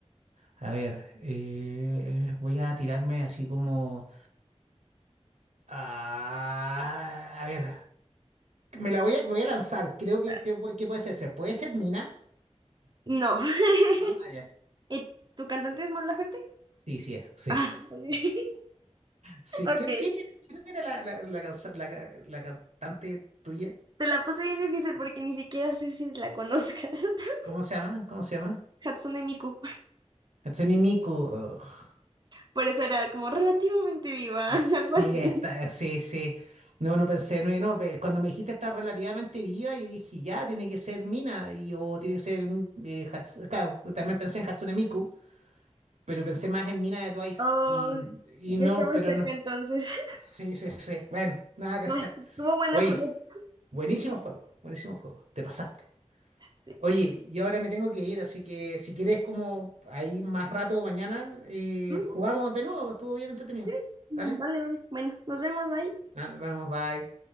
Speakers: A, on the right (about 80°); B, on the right (about 40°).
A: A ver, eh, voy a tirarme así como. ah, a ver. Me la voy a, me voy a lanzar. Creo que,
B: Ah,
A: que, pu- que puede ser ese. ¿Puede ser Mina?
B: No. <laughs>
A: ¿No? Ah, ya.
B: ¿Y tu cantante es Mon Laferte?
A: Sí, sí, es, sí.
B: Ah, ok. <laughs>
A: Sí.
B: Ok.
A: ¿Quién, quién era, quién era la, la, la, cansa- la ca- la cantante tuya?
B: Te la puse bien difícil porque ni siquiera sé si la conozcas. <laughs>
A: ¿Cómo se llama? ¿Cómo se llama?
B: Hatsune Miku.
A: Hatsune Miku. Ugh.
B: Por eso era como relativamente viva, <laughs> algo
A: Sí,
B: así.
A: está, sí, sí. No, no pensé, no, no. pe- Cuando me dijiste está relativamente viva, yo dije, ya, tiene que ser Mina, y, o tiene que ser eh, Hats- Claro, también pensé en Hatsune Miku, pero pensé más en Mina de Twice.
B: Oh,
A: Y, y
B: ya
A: no,
B: estamos
A: pero
B: cerca
A: no.
B: entonces. <laughs>
A: Sí, sí, sí. Bueno, nada que hacer.
B: Ah, Estuvo bueno
A: Oye,
B: el juego.
A: buenísimo juego, buenísimo juego, te pasaste.
B: Sí, creo.
A: Oye, yo ahora me tengo que ir, así que si quieres como ahí más rato mañana, eh,
B: Ujú,
A: jugamos de nuevo, estuvo bien entretenido.
B: sí. Mm,
A: ¿Dale?
B: Vale, vale. Bueno, nos vemos, bye.
A: Nos vemos, bye.